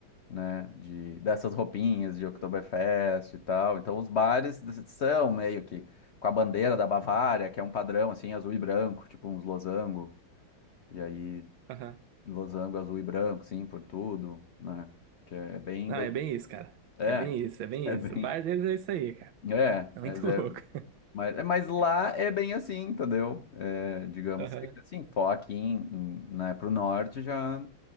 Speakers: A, on the left; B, on the right.
A: né, de, dessas roupinhas de Oktoberfest
B: Hum?
A: e tal. Então os bares des- são meio que com a bandeira da Bavária, que é um padrão assim, azul e branco, tipo uns losango. E aí,
B: Aham.
A: losango azul e branco, sim, por tudo, né? Que é bem,
B: Não,
A: bem.
B: é bem isso, cara.
A: É.
B: É bem
A: <laughs>
B: isso, é bem
A: É
B: isso.
A: bem
B: O bar deles é isso aí, cara.
A: é,
B: É
A: mas,
B: muito
A: é,
B: <laughs> louco.
A: mas, é- mas lá é bem assim, entendeu? É, digamos
B: Aham.
A: que assim, for aqui em, em, né, pro norte já,